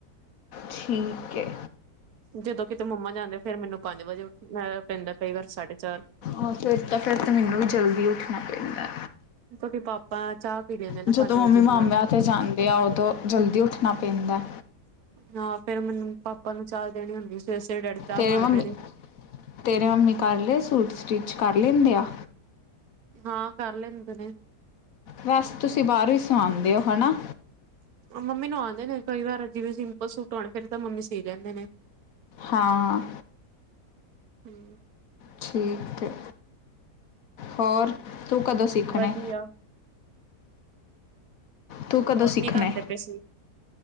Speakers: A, on the left (about 60°); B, on the right (about 70°).
A: ਠੀਕ ਹੈ।
B: ਜਦੋਂ ਕਿਤੇ ਮੰਮਾ ਜਾਂਦੇ ਫੇਿਰ ਮੈਨੂੰ ਪੰਜ ਵਜੇ ਪੈਂਦਾ ਕਈ ਵਾਰ ਸਾਢੇ ਚਾਰ
A: ਹ ਫਿਰ ਤਾਂ ਫਿਰ ਤੇ ਮੈਨੂੰ ਵੀ ਜਲਦੀ ਉੱਠਣਾ ਪੈਂਦਾ।
B: ਕਿਉਕਿ ਪਾਪਾ ਚਾਹ ਪੀ ਲੈਂਦੇ ਨਾ
A: ਜਦੋਂ
B: ਪੰਜ ਵਜੇ
A: ਮੰਮੀ
B: ਬਣਾ
A: ਮਾਮਿਆਂ ਤੇ ਜਾਂਦੇ ਆ ਉਦੋਂ ਜਲਦੀ ਉੱਠਣਾ ਪੈਂਦਾ
B: ਹਾਂ ਫੇਿਰ ਮੈਨੂੰ, ਪਾਪਾ ਨੂੰ ਚਾਹ ਦੇਣੀ ਹੁੰਦੀ, ਸਵੇਰੇ- ਸਵੇਰੇ ਡੈਡੀ, ਚਾਹ
A: ਤੇਰੇ
B: ਮੰਗਦੇ
A: ਮੰਮੀ
B: ਨੇ
A: -ਤੇਰੇ ਮੰਮੀ ਕਰ ਲਏ ਸੂਟ ਸਟਿੱਚ, ਕਰ ਲੈਂਦੇ ਆ।
B: ਹਾਂ ਕਰ ਲੈਂਦੇ ਨੇ
A: ਵੇਸੇ ਤੁਸੀਂ, ਬਾਹਰ ਹੀ ਸਵਾਉਂਦੇ ਹੋ ਹੈਨਾ।
B: ਮੰਮੀ ਨੂੰ ਆਉਂਦੇ ਨੇ, ਕਈ ਵਾਰ ਜਿਵੇਂ ਸਿੰਪਲ ਸੂਟ ਆਉਣੇ ਫਿਰ ਤਾਂ, ਮੰਮੀ ਸੀ ਲੈਂਦੇ ਨੇ-
A: ਹਾਂ।
B: <unintelligible>
A: ਠੀਕ ਹੈ, ਹੋਰ ਤੂੰ ਕਦੋਂ ਸਿੱਖਣਾ?
B: ਵਧੀਆ
A: ਤੂੰ ਕਦੋਂ
B: ਹੋਰ
A: ਸਿੱਖਣੇ
B: ਕੀ ਕਰਦੇ ਪਏ ਸੀ।